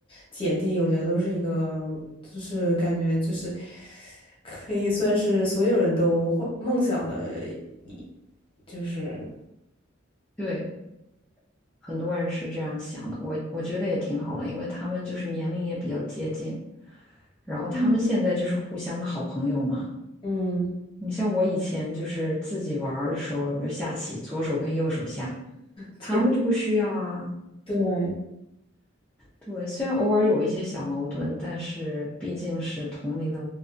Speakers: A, on the left; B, in the centre.
A: 姐弟，我觉得都是一个，就是感觉就是可以算是所有人都幻梦想的一，就是
B: 对，很多人是这样想的，我我觉得也挺好的，因为他们就是年龄也比较接近。然后他们现在就是互相的好朋友嘛。
A: 嗯嗯，
B: 你像我以前就是自己玩儿的时候，就下棋，左手跟右手下，
A: 就是
B: 他们就不需要啊。
A: 对，
B: 对，虽然偶尔有一些小矛盾，但是毕竟是同龄的